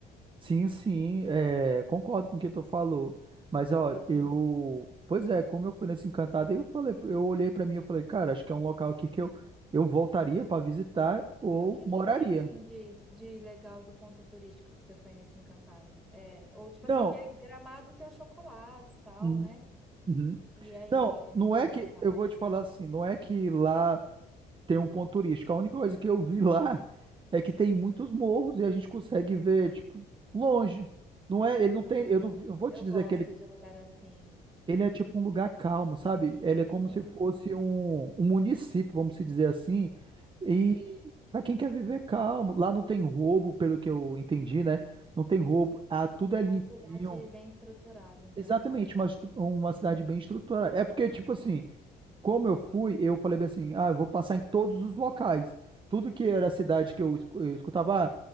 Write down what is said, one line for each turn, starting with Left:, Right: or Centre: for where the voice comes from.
Right: Sim, sim, é, concordo com o que tu falou. Mas, ó,
Centre: Sim.
Right: eu. Pois é, como eu fui nesse encantado, aí eu falei, eu olhei pra mim e falei, cara, acho que é um local aqui que eu, eu voltaria pra visitar ou
Centre: E o que
Right: moraria.
Centre: que tem assim de, de legal do ponto turístico que você foi nesse Encantado? É, ou tipo
Right: Não,
Centre: assim, porque Gramado tem os chocolates, tal,
Right: uhum,
Centre: né?
Right: uhum.
Centre: E aí,
Right: Não, não
Centre: nesse
Right: é
Centre: Encantado?
Right: que. Eu vou te falar assim, não é que lá tem um ponto turístico. A única coisa que eu vi <laughs> lá é que tem muitos morros e a gente consegue ver, tipo, longe. Não é,
Centre: Ah,
Right: ele não tem. Eu não, vi- eu vou
Centre: eu
Right: te
Centre: gosto
Right: dizer que ele
Centre: de lugar assim.
Right: Ele é tipo um lugar calmo, sabe? Ele é como
Centre: Sim.
Right: se fosse um, um município, vamos se dizer assim. E
Centre: Sim.
Right: para quem quer viver calmo, lá não tem roubo, pelo que eu entendi, né? Não tem roubo, ah, tudo
Centre: É
Right: é
Centre: uma
Right: limpinho.
Centre: cidade bem estruturada, então.
Right: Exatamente, uma, estru- uma cidade bem estruturada. É porque, tipo assim, como eu fui, eu falei bem assim, ah, eu vou passar em todos os locais. Tudo que era
Centre: Sim.
Right: cidade que eu escu- eu escutava, ah,